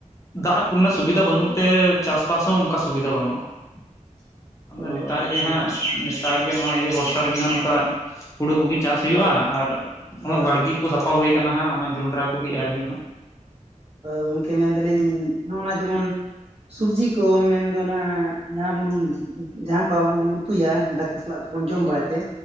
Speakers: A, on the left; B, on the right.
A: ᱫᱟᱜ ᱠᱚᱨᱮᱱᱟᱜ ᱥᱩᱵᱤᱫᱟ ᱵᱟᱹᱱᱩᱜ ᱛᱮ ᱪᱟᱥᱵᱟᱥ ᱦᱚᱸ ᱚᱱᱠᱟ ᱥᱩᱵᱤᱫᱟ ᱵᱟᱹᱱᱩᱜᱼᱟ᱾
B: <inaudible>
A: ᱟᱫᱚ ᱱᱮᱛᱟᱨ
B: ᱟᱪᱪᱷᱟ
A: ᱜᱮ ᱦᱟᱸᱜ, ᱱᱮᱛᱟᱨ ᱜᱮ ᱱᱚᱣᱟ ᱤᱭᱟᱹ ᱵᱚᱨᱥᱟ ᱨᱮᱜᱮ ᱦᱟᱸᱜ ᱱᱚᱝᱠᱟ ᱦᱩᱲᱩ ᱠᱚᱜᱮ ᱪᱟᱥ ᱦᱩᱭᱩᱜᱼᱟ᱾ ᱟᱨ
B: ᱦᱳᱭ
A: ᱟᱸ ᱵᱟᱲᱜᱤ ᱠᱚ ᱥᱟᱯᱟ ᱦᱳᱭ ᱠᱟᱱᱟ ᱦᱟᱸᱜ ᱚᱱᱟ ᱡᱚᱸᱰᱨᱟ ᱠᱚᱜᱤ ᱮᱨ ᱦᱳᱭᱳᱜᱼᱟ ᱦᱟᱸᱜ
B: ᱜᱚᱝᱠᱮ ᱢᱮᱱᱫᱟᱹᱞᱤᱧ ᱱᱚᱜᱼ ᱱᱟ ᱡᱮᱢᱚᱱᱼᱼ ᱥᱩᱵᱡᱤ ᱠᱚ ᱢᱮᱱ ᱫᱚ ᱱᱟ ᱡᱟᱦᱟᱸ ᱵᱚᱱ ᱡᱟᱦᱟᱸ ᱠᱚ ᱟᱵᱚ ᱵᱚᱱ ᱩᱛᱩᱭᱟ ᱫᱟ <unintelligible> ᱥᱟᱞᱟᱜ ᱠᱚ ᱵᱚᱱ ᱡᱚᱢ ᱵᱟᱲᱟᱭ ᱛᱮᱼᱼ